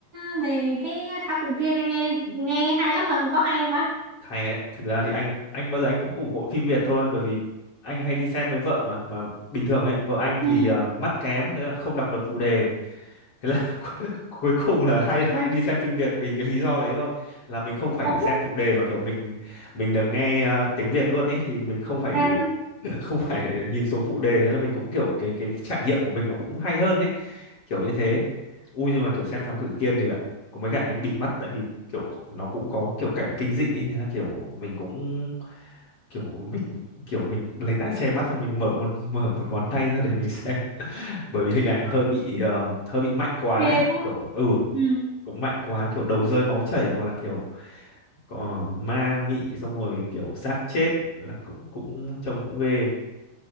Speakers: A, on the right; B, on the left.
A: ờ, về cái thảo tự kia này nghe đi nghe hay lắm mà có hay không ba
B: hay đấy thực ra thì anh anh bao giờ anh cũng ủng hộ phim Việt thôi bởi vì anh hay đi xem với vợ mà mà bình thường ấy vợ anh thì
A: Ừ.
B: à, mắt kém thế là không đọc được phụ đề thế là <laughs> cu- cuối cùng là hay hay đi xem phim Việt vì cái lý do đấy thôi là mình không phải
A: Ủa?
B: xem phụ đề mà kiểu mình mình được nghe ờ, tiếng Việt luôn ấy thì mình không phải
A: à,
B: <laughs> không phải nhìn xuống phụ đề thế là mình cũng kiểu cái cái trải nghiệm của mình nó cũng hay hơn ấy kiểu như thế ui nhưng mà kiểu xem Thám Tử Kiên thì ạ, có mấy cảnh anh bịt mắt tại vì kiểu nó cũng có kiểu cảnh kinh dị ấy. thế là kiểu mình cũng kiểu mình kiểu mình lấy tay che mắt xong mình mở một <laughs> mở một ngón tay ra để mình <laughs> xem bởi vì hình ảnh nó hơi bị ờ, hơi bị mạnh quá
A: ghê
B: ấy.
A: đúng không
B: kiểu ừ
A: ừ.
B: cũng mạnh quá kiểu đầu rơi máu chảy hoặc là kiểu có ma mị xong rồi kiểu xác chết là cũng cũng trông cũng ghê